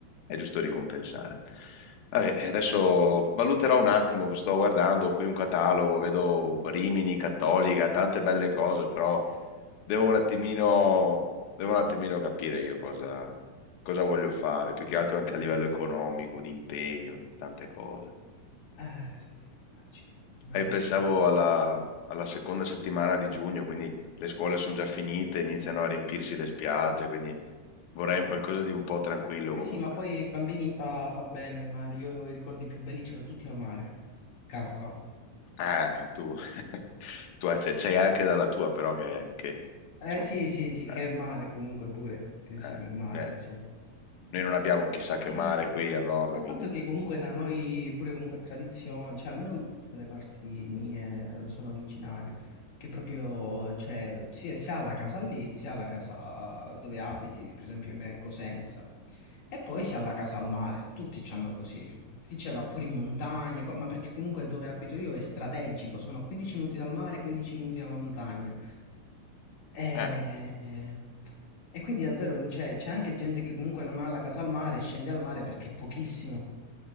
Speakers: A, on the left; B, on the left.
A: è giusto ricompensare. Vabbè, e adesso valuterò un attimo, perché sto guardando qui un catalogo, vedo Rimini, Cattolica, tante belle cose, però devo un attimino devo un attimino capire io cosa, cosa voglio fare, più che altro anche a livello economico, di impegno, tante cose.
B: Eh, sì, immagino, immagino.
A: E pensavo
B: immagino.
A: alla, alla seconda settimana di giugno, quindi le scuole sono già finite, iniziano a riempirsi le spiagge, quindi vorrei un qualcosa di un po' tranquillo
B: Eh
A: comunque.
B: sì, ma poi i bambini fa, fa bene il mare. Io i ricordi più belli ce li ho tutti al mare. Calcola. <clears throat>
A: Eh, tu, <laughs> tu eh, c'è c'è anche dalla tua però che, che
B: Eh
A: insomma,
B: sì, sì, sì, che
A: eh,
B: mare comunque pure. Che signor
A: eh,
B: mare
A: eh,
B: che c'è.
A: noi non abbiamo chissà che
B: Eh,
A: mare qui al nord,
B: è il
A: quindi...
B: fatto che comunque da noi pure comunque è tradizione, cioè almeno le parti mie eh, sono originario, che proprio cioè, sia, sia alla casa lì, sia alla casa dove abiti, per esempio me è Cosenza, e poi sia alla casa al mare, tutti c'hanno così, chi ce l'ha pure in montagna, co- ma perché comunque dove abito io è strategico, sono 15 minuti dal mare, 15 minuti dalla montagna. E,
A: eh,
B: e quindi davvero cioè, c'è anche gente che comunque non ha la casa al mare, scende al mare perché è pochissimo